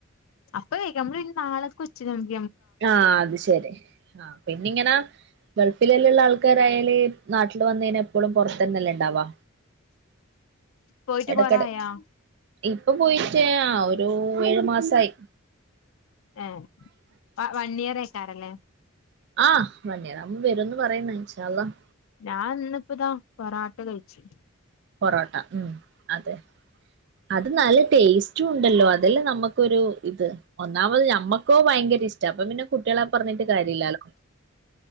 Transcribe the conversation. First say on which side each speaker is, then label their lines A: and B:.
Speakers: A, on the left; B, on the right.
A: അപ്പ കഴിക്കും നമ്മള് പിൻ നാളക്ക് വച്ച്ങ്ങാണ്ട്
B: ആഹ് അത് ശരി ആഹ് പിന്നിങ്ങന് ഗൾഫ് ഫിലെല്ല്ള്ള ആൾക്കാരായാല് നാട്ടില് വന്നയിന എപ്പളും പൊറത്തന്നല്ലെണ്ടാവാ
A: പോയിട്ട്
B: എടക്കെടെ
A: കൊറായാ
B: ഇപ്പ പോയിറ്റ് ആഹ് ആ ഒരു ഏഴു മാസയായി
A: ഏഹ് വ വണ്ണിയിർറേക്കാരല്ലേ
B: ആഹ് വണ്ണിയറാവുമ്പം വരുന്ന് പറയുന്ന് ഇൻശാ അല്ലാഹ്
A: ഞാൻ ഇന്നിപ്പിതാ പറാട്ട കഴിച്ച്
B: പൊറോട്ട ഉം അതെ അത് നല്ല ടേസ്റ്റ് റ്റൂ ഉണ്ടല്ലോ അതല്ലെ നമ്മക്കൊരു ഇത് ഒന്നാമത് ഞമ്മക്കോ ഭയങ്കരിഷ്ടം അപ്പം പിന്നെ കുട്ടികളെ പറഞ്ഞിട്ട് കാര്യല്ലാലോ